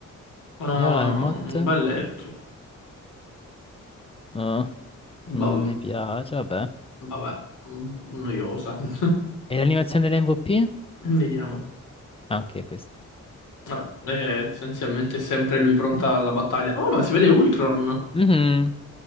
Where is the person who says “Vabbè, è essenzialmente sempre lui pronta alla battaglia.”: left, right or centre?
Left